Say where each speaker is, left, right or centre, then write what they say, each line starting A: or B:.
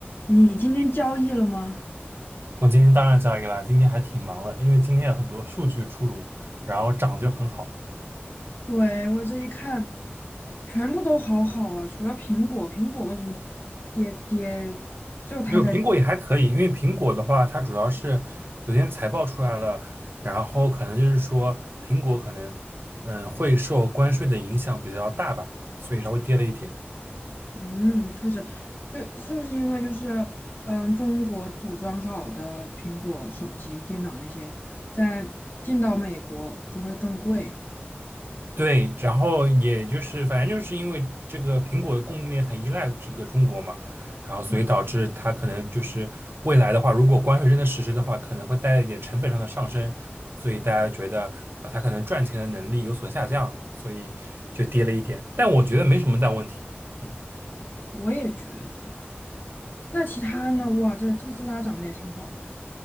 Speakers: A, on the left (about 55°); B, on the right (about 60°).
A: 你今天交易了吗？
B: 我今天当然交易了，今天还挺忙的，因为今天有很多数据出炉，然后涨就很好。
A: 对，我这一看，全部都好好啊，除了苹果，苹果为什么跌跌？就它在跌
B: 没有苹果也还可以，因为苹果的话，它主要是昨天财报出来了，然后可能就是说苹果可能嗯、呃会受关税的影响比较大吧，所以稍微跌了一点。
A: 嗯，确实，就是不是因为就是嗯，中国组装好的苹果手机、电脑那些，在进到美国就会更贵。
B: 对，然后也就是反正就是因为这个苹果的供应链很依赖这个中国嘛，然后所以导致它可能就是未来的话，
A: 嗯，
B: 如果关税真的实施的话，可能会带来一点成本上的上升，所以大家觉得啊，它可能赚钱的能力有所下降，所以就跌了一点。但我觉得没什么大问题，嗯，
A: 我也觉得。那其他呢？哇，这特斯拉涨得也挺好的呀。